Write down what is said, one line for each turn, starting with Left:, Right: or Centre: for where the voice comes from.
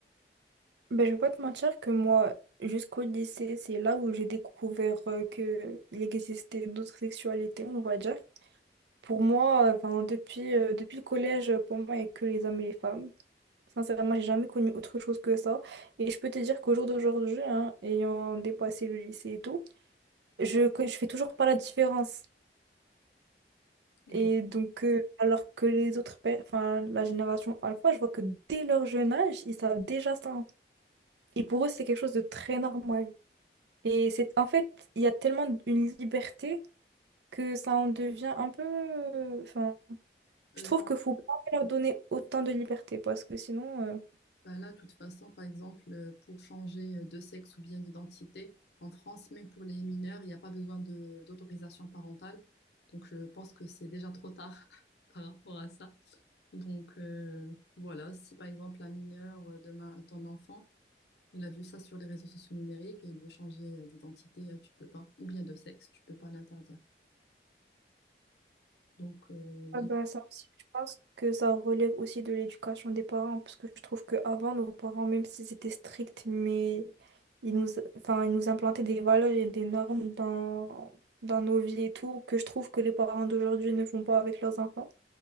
Right: ben, je vais pas te mentir que moi, jusqu'au lycée, c'est là où j'ai découvert euh, que il existait d'autres sexualités, on va dire. Pour moi, euh, enfin, depuis, euh, depuis le collège, pour moi, il n'y a que les hommes et les femmes. Sincèrement, j'ai jamais connu autre chose que ça. Et je peux te dire qu'au jour d'aujourd'hui, hein, ayant dépassé le lycée et tout, je, que- je fais toujours pas la différence.
Left: Bon,
Right: Et donc, euh, alors que les autres, pe- enfin, la génération alpha, je vois que dès leur jeune âge, ils savent déjà ça. Et pour eux, c'est quelque chose de très normal. Et c'est, en fait, il y a tellement une liberté que ça en devient un peu, euh, enfin,
Left: euh,
Right: Je trouve que faut pas leur donner autant de liberté parce que sinon, euh,
Left: Bah là, de toute façon, par exemple, euh, pour changer euh, de sexe ou bien d'identité en France, même pour les mineurs, il n'y a pas besoin de d'autorisation parentale. Donc, je pense que c'est déjà trop tard <laughs> par rapport à ça. Donc, euh, voilà, si par exemple un mineur, euh, demain, ton enfant, il a vu ça sur les réseaux sociaux numériques et il veut changer euh, d'identité, euh, tu peux pas, ou bien de sexe, tu peux pas l'interdire. Donc, euh,
Right: ah
Left: il-
Right: bah, ça aussi, je pense que ça relève aussi de l'éducation des parents parce que je trouve qu'avant, nos parents, même s'ils étaient stricts, mais ils nous, enfin, ils nous implantaient des valeurs et des normes dans, dans nos vies et tout, que je trouve que les parents d'aujourd'hui ne font pas avec leurs enfants.